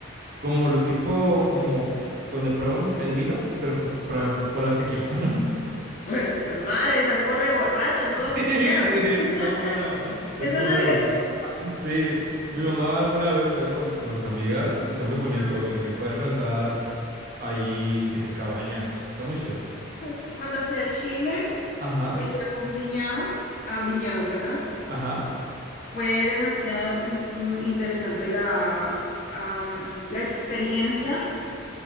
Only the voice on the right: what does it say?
como lo tipo, como donde prueban el vino, pero pues prueban,
pruebas tequila. <laughs>
<laughs> Sí,
está muy bueno. Está
muy
bueno.
Sí, mi mamá alguna vez fue con, con sus amigas y está muy bonito,
y de que puedes rentar ahí, de que cabañas. Está muy chido.
Ajá,
ajá.